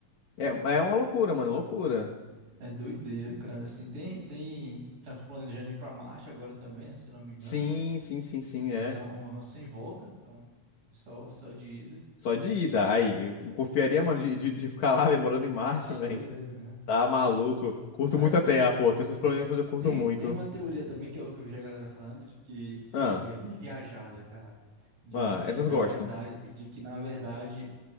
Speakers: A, on the left; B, on the right.
A: É,
B: É,
A: é uma loucura, mano, é loucura.
B: é doideira, cara, assim, tem, tem, tanto planejando ir pra Marte agora também, né, se eu não me engano,
A: Sim, sim, sim, sim,
B: mas
A: é.
B: é uma sem volta, então, é só, só de ida.
A: Só de ida. Aí, eu co- confiaria, mano, de, de, de ficar lá, velho, morando em Marte,
B: Você tá
A: velho.
B: doido, é, né?
A: Tá maluco. Curto
B: Mas
A: muito
B: assim,
A: a Terra, pô. Tem seus
B: o-
A: problemas, mas eu curto
B: tem,
A: muito.
B: tem uma teoria também que eu, que eu vejo a galera falando de que
A: Ah,
B: essa aí é bem viajada, cara. De
A: ah,
B: que
A: essas
B: na
A: gostam.
B: verdade, de que na verdade